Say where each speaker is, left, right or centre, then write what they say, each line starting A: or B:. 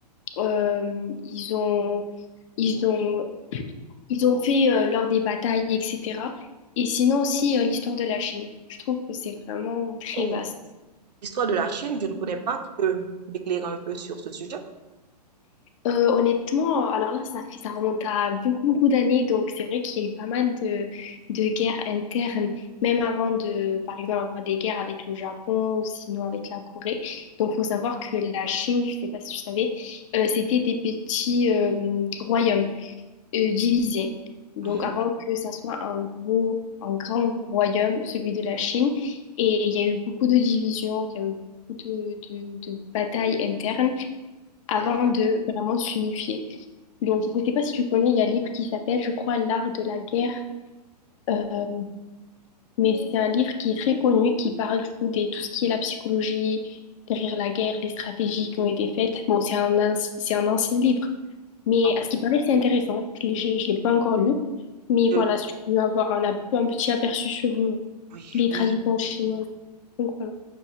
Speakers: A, on the left; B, on the right.
A: euh, ils ont, ils ont, ils ont fait euh, lors des batailles, etc. Et sinon aussi euh, l'histoire de la Chine. Je trouve que c'est vraiment très
B: oh.
A: vaste.
B: l'histoire de la Chine, je ne connais pas. Tu peux m'éclairer un peu sur ce sujet?
A: Euh, honnêtement, alors là, ça fait, ça remonte à beaucoup, beaucoup d'années. Donc, c'est vrai qu'il y a eu pas mal de, de guerres internes, même avant de, par exemple, avoir des guerres avec le Japon ou sinon avec la Corée. Donc, faut savoir que la Chine, je sais pas si je savais, euh, c'était des petits euh, royaumes euh, divisés. Donc,
B: Mhm.
A: avant que ça soit un gros, un grand royaume, celui de la Chine. Et il y a eu beaucoup de divisions, il y a eu beaucoup de, de, de batailles internes avant
B: Ok.
A: de vraiment s'unifier. Donc, je ne sais pas si tu connais, il y a un livre qui s'appelle, je crois, L'art de la guerre. Euh, mais c'est un livre qui est très connu, qui parle du coup de tout ce qui est la psychologie derrière la guerre, les stratégies qui ont été faites. Bon, c'est un, anci- c'est un ancien livre, mais
B: Ah,
A: à ce qui paraît, c'est intéressant. Je ne l'ai j'ai- je l'ai pas encore lu. Mais
B: je-
A: voilà, si tu veux avoir un, ap- un petit aperçu sur euh,
B: oui,
A: les
B: oui,
A: traditions chinoises. Donc voilà.